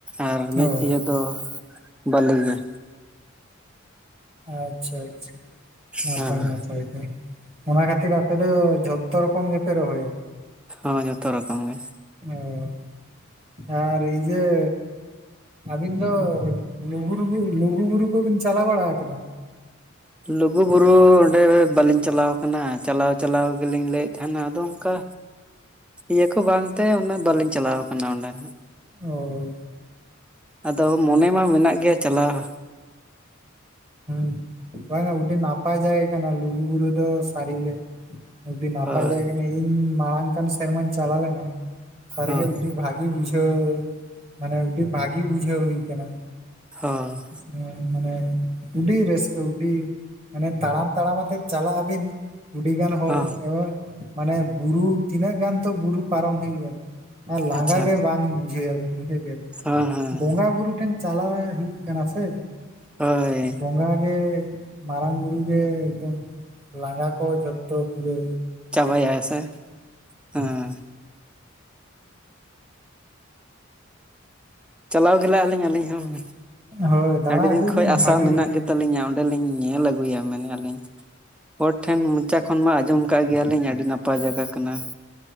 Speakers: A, in the centre; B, on the right.
A: ᱟᱨ ᱢᱤᱫ
B: ᱚ
A: ᱤᱭᱟᱹ ᱫᱚ ᱵᱟᱹᱞᱤ ᱜᱮ᱾
B: ᱟᱪᱪᱷᱟ ᱟᱪᱪᱷᱟ᱾ ᱱᱟᱯᱟᱭ
A: ᱦᱮᱸ
B: ᱱᱟᱯᱟᱭ ᱚᱱᱟ ᱠᱷᱟᱹᱛᱤᱨ ᱟᱯᱮ ᱫᱚ ᱡᱷᱚᱛᱛᱚ ᱨᱚᱠᱚᱢ ᱜᱮᱯᱮ ᱨᱚᱦᱚᱭᱟ?
A: ᱦᱚᱸ ᱡᱷᱚᱛᱚ ᱨᱚᱠᱚᱢ ᱜᱮ᱾
B: ᱚ ᱟᱨ ᱤᱭᱟᱹ ᱟᱹᱵᱤᱱ ᱫᱚ ᱞᱩᱜᱩ ᱨᱩᱵᱩ ᱞᱩᱜᱩᱵᱩᱨᱩ ᱠᱚᱵᱤᱱ ᱪᱟᱞᱟᱣ ᱵᱟᱲᱟ ᱟᱠᱟᱱᱟ?
A: ᱞᱩᱜᱩ ᱵᱩᱨᱩ ᱚᱸᱰᱮ ᱵᱟᱞᱤᱧ ᱪᱟᱞᱟᱣ ᱟᱠᱟᱱᱟ ᱪᱟᱞᱟᱣ ᱪᱟᱞᱟᱣ ᱜᱮᱞᱤᱧ ᱞᱟᱹᱭᱮᱫ ᱛᱟᱦᱮᱱᱟ ᱟᱫᱚ ᱚᱱᱠᱟ ᱤᱭᱟᱹ ᱠᱚ ᱵᱟᱝᱛᱮ ᱚᱱᱮ ᱵᱟᱹᱞᱤᱧ ᱪᱟᱞᱟᱣ ᱠᱟᱱᱟ ᱚᱸᱰᱮ ᱦᱟᱸᱜ᱾
B: ᱚᱻ
A: ᱟᱫᱚ ᱢᱚᱱᱮ ᱢᱟ ᱢᱮᱱᱟᱜ ᱜᱮ ᱪᱟᱞᱟᱣ᱾
B: ᱦᱮᱸ ᱵᱟᱝ ᱟ ᱟᱹᱰᱤ ᱱᱟᱯᱟᱭ ᱡᱟᱭᱜᱟ ᱠᱟᱱᱟ ᱞᱩᱜᱩᱵᱩᱨᱩ ᱫᱚ ᱥᱟᱹᱨᱤᱜᱮ᱾ ᱟᱹᱰᱤ ᱱᱟᱯᱟᱭ
A: ᱦᱳᱭ
B: ᱡᱟᱭᱜᱟ ᱠᱟᱱᱟ ᱤᱧ ᱢᱟᱲᱟᱝ ᱠᱟᱱ ᱥᱮᱨᱢᱟᱧ ᱪᱟᱞᱟᱣ ᱞᱮᱱᱟ ᱥᱟᱹᱨᱤᱜᱮ
A: ᱦᱚᱸ
B: ᱟᱹᱰᱤ ᱵᱷᱟᱹᱜᱤ᱾ ᱵᱩᱡᱷᱟᱹᱣ ᱢᱟᱱᱮ ᱟᱹᱰᱤ ᱵᱷᱟᱜᱤ ᱵᱩᱡᱷᱟᱹᱣ ᱦᱩᱭ ᱟᱠᱟᱱᱟ᱾
A: ᱦᱚᱸ᱾
B: ᱦᱮᱸ ᱢᱟᱱᱮ᱾ ᱟᱹᱰᱤ ᱨᱟᱹᱥᱠᱟᱹ ᱟᱹᱰᱤ ᱢᱟᱱᱮ ᱛᱟᱲᱟᱢ ᱛᱟᱲᱟᱢ ᱟᱛᱮᱫ ᱪᱟᱞᱟᱜ ᱟᱹᱵᱤᱱ᱾ ᱟᱹᱰᱤᱜᱟᱱ ᱦᱚᱲ
A: ᱦᱚᱸ
B: ᱮᱵᱚᱝ ᱢᱟᱱᱮ ᱵᱩᱨᱩ ᱛᱤᱱᱟᱹᱜ ᱜᱟᱱ ᱛᱚ ᱵᱩᱨᱩ ᱯᱟᱨᱚᱢ ᱦᱩᱭᱩᱜᱼᱟ? ᱟᱨ ᱞᱟᱸᱜᱟ
A: ᱟᱪᱪᱷᱟ
B: ᱜᱮ ᱵᱟᱝ ᱵᱩᱡᱷᱟᱹᱣᱟᱵᱤᱱ ᱵᱩᱡᱷᱟᱹᱣ ᱠᱮᱭᱟᱵᱤᱱ,
A: ᱦᱚᱸ ᱦᱚᱸ
B: ᱵᱚᱸᱜᱟ ᱵᱩᱨᱩ ᱴᱷᱮᱱ᱾ ᱪᱟᱞᱟᱣ ᱮ ᱦᱩᱭᱩᱜ ᱠᱟᱱᱟ ᱥᱮ᱾
A: ᱦᱳᱭ᱾
B: ᱵᱚᱸᱜᱟ ᱜᱮ ᱢᱟᱨᱟᱝ ᱵᱩᱨᱩ ᱜᱮ ᱮᱠᱫᱚᱢ ᱞᱟᱸᱜᱟ ᱠᱚ ᱡᱚᱛᱚ ᱯᱩᱨᱟᱹ᱾
A: ᱪᱟᱵᱟᱭᱟᱭ ᱥᱮ ᱦᱮᱸ
B: <inaudible>
A: ᱪᱟᱞᱟᱣ ᱜᱮᱞᱟᱜ ᱟᱹᱞᱤᱧ ᱟᱹᱞᱤᱧ ᱦᱚᱸ
B: ᱦᱳᱭ ᱫᱟᱬᱟ
A: ᱟᱹᱰᱤ ᱫᱤᱱ
B: ᱟᱹᱜᱩᱭ
A: ᱠᱷᱚᱱ
B: ᱵᱤᱱ
A: ᱟᱥᱟ
B: ᱵᱷᱟᱜᱮ
A: ᱢᱮᱱᱟᱜ ᱜᱮ᱾ ᱛᱟᱞᱤᱧᱟ ᱚᱸᱰᱮ ᱞᱤᱧ ᱧᱮᱞ ᱟᱹᱜᱩᱭᱟ ᱢᱮᱱᱮᱫ ᱟᱞᱤᱧ᱾ ᱦᱚᱲ ᱴᱷᱮᱱ ᱢᱚᱪᱟ ᱠᱷᱚᱱ ᱢᱟ ᱟᱸᱡᱚᱢ ᱟᱠᱟᱫ ᱜᱮᱭᱟᱞᱤᱧ ᱟᱹᱰᱤ ᱱᱟᱯᱟᱭ ᱡᱟᱭᱜᱟ ᱠᱟᱱᱟ᱾